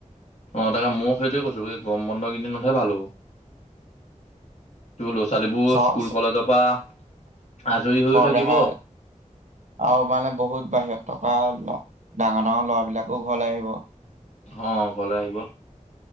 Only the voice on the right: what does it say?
ছ
ছ-
ৰেহাই আৰু মানে বহুত বাহিৰত টকা ল। <unintelligible> ডাঙৰ ডাঙৰ লৰাবিলাকো ঘৰলৈ আহিব।